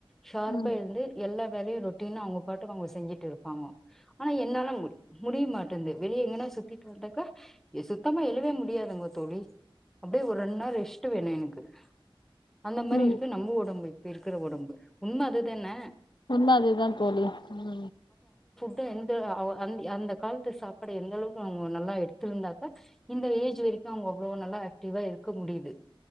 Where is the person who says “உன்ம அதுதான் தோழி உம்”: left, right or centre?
Left